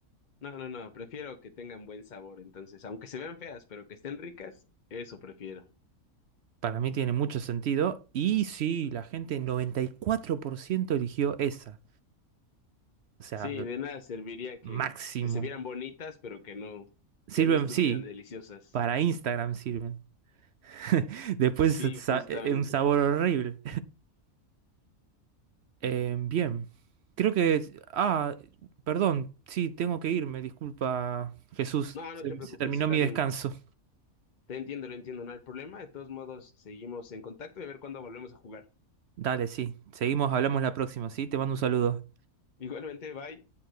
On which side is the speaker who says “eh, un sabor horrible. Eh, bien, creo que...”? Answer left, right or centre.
Right